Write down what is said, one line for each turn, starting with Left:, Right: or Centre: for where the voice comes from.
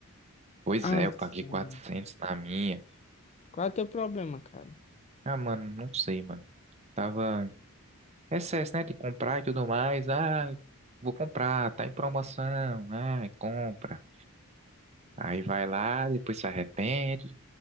Right: Pois
Left: Ave,
Right: é, eu paguei
Left: mano.
Right: 400 na minha.
Left: Qual é o teu problema, cara?
Right: Ah, mano, não sei, mano. Tava excesso, né, de comprar e tudo mais. Ah, vou comprar, tá em promoção. Ah, compra. Aí vai lá, depois se arrepende.